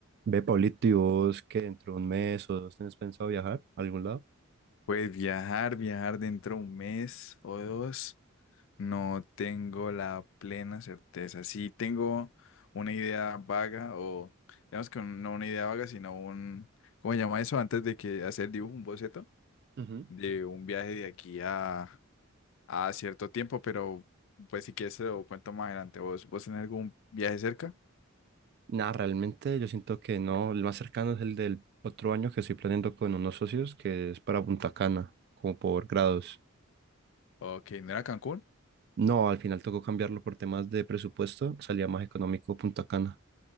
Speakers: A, on the right (about 50°); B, on the left (about 65°).
A: Ve, Pablito, ¿y vos que dentro de un mes o dos tenés pensado viajar a algún lado?
B: Pues viajar, viajar dentro de un mes o dos, no tengo la plena certeza. Sí tengo una idea vaga o, digamos que no una idea vaga, sino un, ¿cómo se llama eso? Antes de que hacer el dibujo, un boceto
A: Ujú.
B: de un viaje de aquí a, a cierto tiempo, pero pues si quieres se lo cuento más adelante. ¿Vos, vos tenés algún viaje cerca?
A: Nada, realmente yo siento que no. El más cercano es el del otro año que estoy planeando con unos socios, que es para Punta Cana, como por grados.
B: Ok, ¿no era Cancún?
A: No, al final tocó cambiarlo por temas de presupuesto, salía más económico Punta Cana.